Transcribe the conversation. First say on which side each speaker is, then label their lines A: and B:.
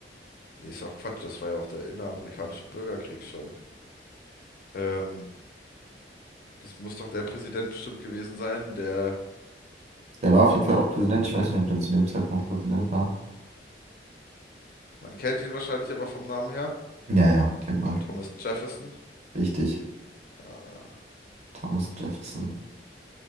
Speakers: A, on the left; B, on the right.
A: nee, ist auch Quatsch. Das war ja auch der inneramerikanische Bürgerkrieg schon. Ähm, das muss doch der Präsident bestimmt gewesen sein, der,
B: Der war auf jeden Fall
A: den,
B: auch Präsident. Ich weiß nicht, ob der zu dem Zeitpunkt Präsident war.
A: man kennt ihn wahrscheinlich aber vom Namen her.
B: Ja, ja, kennt man.
A: Thomas Jefferson.
B: Richtig.
A: Ah,
B: Thomas Jefferson.